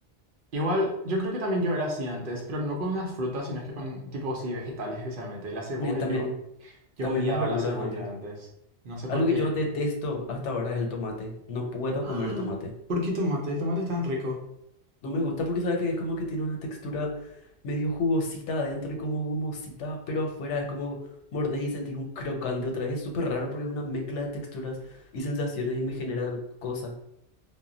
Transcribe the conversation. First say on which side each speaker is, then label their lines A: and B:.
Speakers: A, on the right; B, on the left.
A: Igual, yo creo que también yo era así antes, pero no con las frutas, sino que con, tipo, sí, vegetales especialmente. La cebolla,
B: Eh, también,
A: yo, yo
B: también
A: odiaba
B: las verduras
A: la cebolla
B: antes.
A: antes. No sé
B: Algo
A: por qué.
B: que yo detesto hasta ahora es el tomate. No
A: <gasps>
B: puedo
A: ¡Ah!
B: comer tomate.
A: ¿Por qué tomate? El tomate es tan rico.
B: No me gusta porque sabes que es como que tiene una textura medio jugosita adentro y como gomosita, pero afuera es como mordés y sentís un crocante otra vez. Es súper raro porque es una mezcla de texturas y sensaciones y me genera cosa.